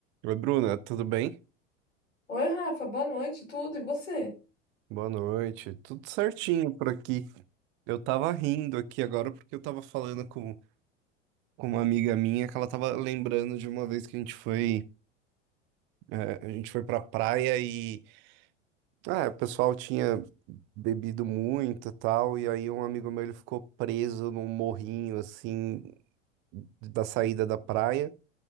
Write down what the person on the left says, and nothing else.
Oi, Rafa, boa noite, tudo, e você?